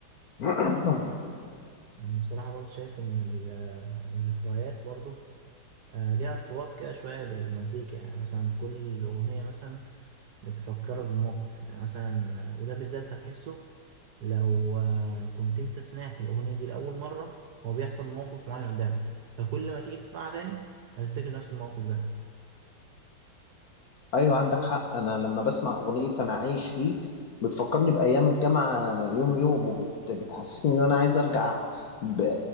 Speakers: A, on the left; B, on the right.
A: <clears throat>
B: مم. بصراحة برضه شايف إن ال- آه، الذكريات برضه آه، ليها ارتباط كده شوية بالمزيكا يعني مثلا كل أغنية مثلا بتفكرك بموقف يعني مثلا وده بالذات هتحسه لو آه، كنت انت سمعت الأغنية دي لأول مرة هو بيحصل موقف معين قدامك فكل ما تيجي تسمعها تاني هتفتكر نفس الموقف ده
A: ايوه عندك حق انا لما بسمع اغنيه انا عايش ليك بتفكرني بايام الجامعه يوم يوم وبتحسسني ان انا عايز ارجع ب-